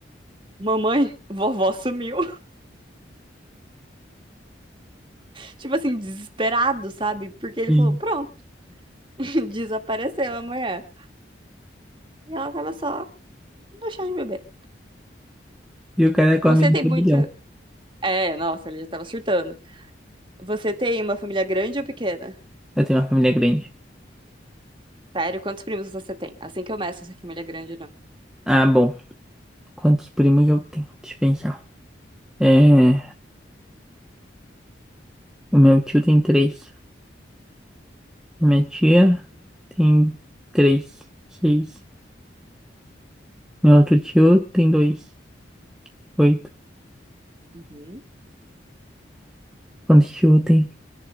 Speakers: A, on the right; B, in the centre.
A: Mamãe, vovó sumiu. tipo assim, desesperado, sabe? Porque ele
B: E,
A: falou, pronto, <laughs> desapareceu amanhã. E ela tava só no chá de bebê.
B: e o cara é com
A: Você
B: a mente
A: tem muito.
B: é bilhão.
A: É, nossa, ele já tava surtando. Você tem uma família grande ou pequena?
B: Eu tenho uma família grande.
A: Sério, quantos primos você tem? Assim que eu meço se é família grande ou não.
B: Ah, bom. Quantos primos eu tenho? Deixa eu pensar. É, o meu tio tem três. A minha tia tem três. Seis. Meu outro tio tem dois. Oito.
A: Uhum.
B: Quantos tio eu tenho?